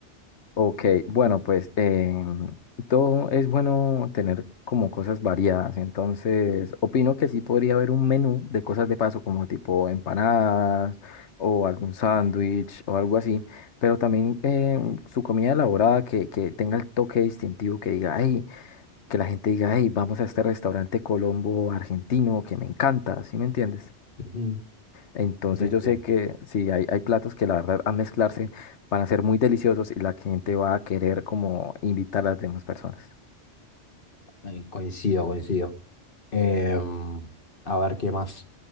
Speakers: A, on the left; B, on the left.
A: Ok, bueno, pues em, todo es bueno tener como cosas variadas, entonces opino que sí podría haber un menú de cosas de paso como tipo empanadas o algún sándwich o algo así, pero también em, su comida elaborada que, que tenga el toque distintivo, que diga, ay, que la gente diga, ay, vamos a este restaurante Colombo argentino que me encanta, ¿sí me entiendes?
B: Ujú,
A: Entonces
B: Bien,
A: yo
B: bien,
A: sé que sí, hay, hay platos que la verdad al mezclarse van a ser muy deliciosos y la gente va a querer como invitar a las demás personas.
B: eh, coincido, coincido. Em, a ver qué más.